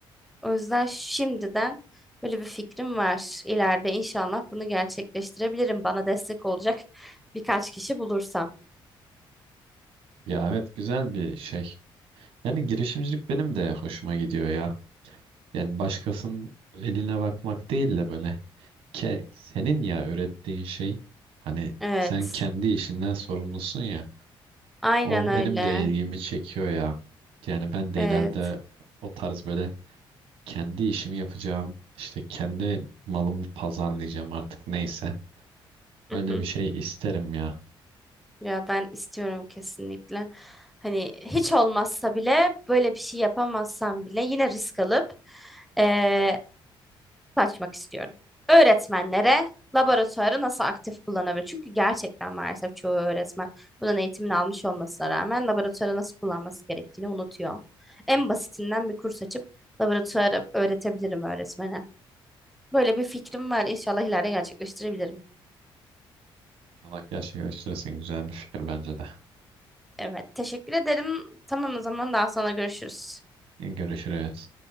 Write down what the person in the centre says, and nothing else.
O yüzden şimdiden böyle bir fikrim var. İleride inşallah bunu gerçekleştirebilirim. Bana destek olacak birkaç kişi bulursam.
Evet,
aynen
öyle.
Evet.
Hı
hı.
Ya ben istiyorum kesinlikle. Hani hiç olmazsa bile böyle bir şey yapamazsam bile yine risk alıp eee açmak istiyorum. Öğretmenlere laboratuvarı nasıl aktif kullanabilir? Çünkü gerçekten maalesef çoğu öğretmen bunun eğitimini almış olmasına rağmen laboratuvarı nasıl kullanması gerektiğini unutuyor. En basitinden bir kurs açıp laboratuvarı öğretebilirim öğretmene. Böyle bir fikrim var. İnşallah ileride gerçekleştirebilirim.
Evet, teşekkür ederim. Tamam o zaman daha sonra görüşürüz.